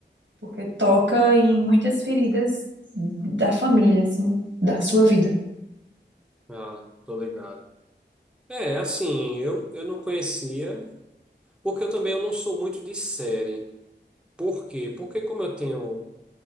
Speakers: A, on the right (about 80°); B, in the centre.
A: porque toca em muitas feridas da família, assim, da sua vida.
B: Ah, tô ligado. É, assim, eu, eu não conhecia, porque eu também eu não sou muito de série. Por quê? Porque como eu tenho.